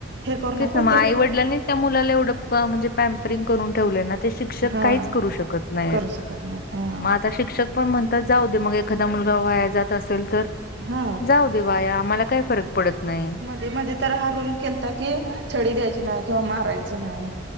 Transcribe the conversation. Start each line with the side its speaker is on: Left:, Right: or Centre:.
Right: हे करू
Left: तेच
Right: नको
Left: ना मग
Right: ते
Left: आई वडलांनी त्या मुलाला एवढं प म्हणजे. पयापरीग करून ठेवलं ना ते शिक्षक
Right: हा
Left: काहीच करू शकत नाही
Right: करू शकत नाहीत हा
Left: मा आ आता शिक्षक पण म्हणतात जाऊ दे मग एखादा मुलगा वाया जात असेल तर.
Right: हा
Left: जाऊ दे वाया आम्हाला काही फरक पडत नाही.
Right: ते मध्ये तर हा रूल केलता की छडी द्यायची नाही किंवा मारायच नाही.